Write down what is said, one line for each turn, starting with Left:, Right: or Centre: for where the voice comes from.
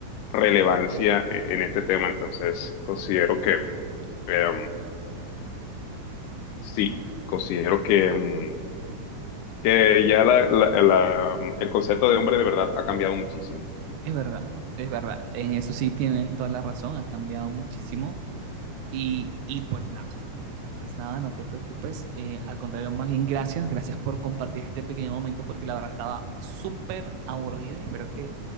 Left: relevancia e- en este tema. Entonces, considero que, eh, sí, considero que... mm, que ya la- la- la- el concepto de hombre de verdad ha cambiado muchísimo.
Right: Es verdad, es verdad. En eso sí tienes toda la razón, ha cambiado muchísimo Y, y pues nada, pues nada, no te preocupes. eh, al contrario, más bien gracias, gracias por compartir este pequeño momento porque la verdad estaba súper aburrido y espero que